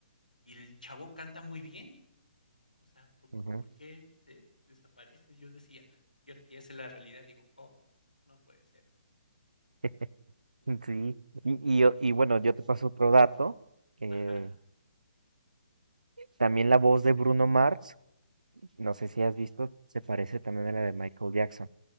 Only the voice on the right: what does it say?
Ujú.
<laughs> Sí, y, y, yo- y bueno, yo te paso otro dato. eh,
también la voz de Bruno Mars, no sé si has visto, se parece también a la de Michael Jackson.